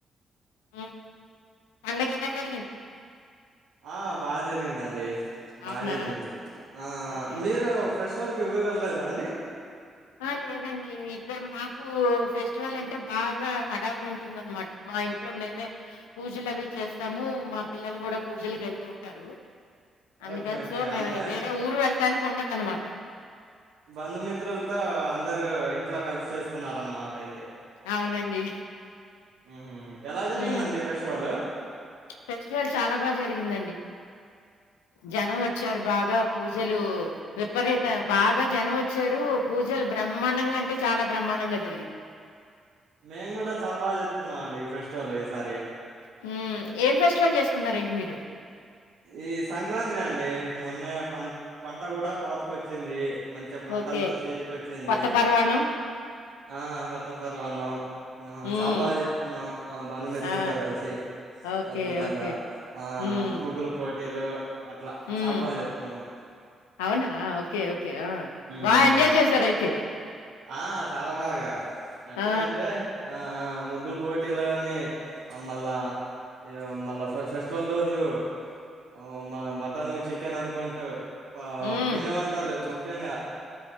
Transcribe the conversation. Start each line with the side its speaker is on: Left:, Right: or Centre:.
Left: ఉమ్ పండగ ఎలా జరిగింద్.
Right: ఆ బాగా జరిగిందండి, బా
Left: అవునా
Right: జరిగింది. ఆ
Left: ఓకే
Right: మీరు ఫెస్టివల్కి ఊరు ఎల్త్ ఎల్ లేదా అండి.
Left: ఆ లేదండి, ఇక్కడ మాకు ఫెస్టివల్ అంటే బాగా హడావుడి ఉంటుందన్నమాట్ మా మా ఇంట్లో మేమే పూజలు అవి చేస్తాము. మా పిల్లలు గుడా పూజలకి ఎళ్తు ఉంటారు. అందుకని
Right: ఓకే ఓకే
Left: సో, మేం
Right: అంటే
Left: వేరే ఊరు వెళ్ళటానికి ఉండదు అన్నమాట.
Right: బంధు మిత్రుల్ తో, అందరు ఇంట్లో కలిసి చేసుకున్నారాన్నమాట అయితే.
Left: అవునండి
Right: ఉహుమ్ ఎలా జరిగిందండి
Left: ఉమ్.
Right: ఫెస్టివలు.
Left: ఫెస్టివల్ చాలా బాగా జరిగిందండి జనం వచ్చారు బాగా, పూజలు విపరీత, బాగా జనం వచ్చారు. పూజలు బ్రహ్మాండంగా అంటే, చాలా బ్రహ్మాండంగా జరిగింద్.
Right: మేము గుడా చాలా బాగా జరుప్పుకున్నాం అండి ఫెస్టివల్ ఈసారి.
Left: హుమ్మ్ ఏం ఫెస్టివల్ జేసుకున్నార్ ఏంటి మీరు.
Right: ఈ సంక్రాంతి అండి, మొన్నే పన్, పంట గుడా కోతకి వచ్చింది. మంచిగా పంట
Left: ఓకే
Right: అంతా చేతికి ఓచ్చింది.
Left: కొత్త పర్వాణం
Right: ఆ కొత్త పరమాన్నాం. ఆ
Left: ఉమ్,
Right: చాలా బాగా జరుప్పుకున్నాం, ఆ బంధుమిత్రులతో
Left: ఆ,
Right: కల్సి.
Left: ఓకే
Right: అద్భుతంగా,
Left: ఓకే
Right: ఆ
Left: ఉమ్,
Right: ముగ్గులు పోటీలు. అట్లా,
Left: ఉమ్,
Right: చాలా బాగా జరుప్పుకున్నాం.
Left: అవునా ఓకే, ఓకే ఆ బా
Right: హ్మ్.
Left: ఎంజాయ్ చేసారు అయితే.
Right: ఆ చాలా బాగా, ఎట్లా
Left: ఆ,
Right: అంటే ఆ ఆ ముగ్గుల్ పోటీలునీ, ఆ మళ్ళా ఈ మళ్ళా ఫె, ఫెస్టివల్ రోజు ఆ మా మటన్, చికెన్ అనుకుంటూ పా
Left: ఉమ్,
Right: పిండి వంటలు ముఖ్యంగా,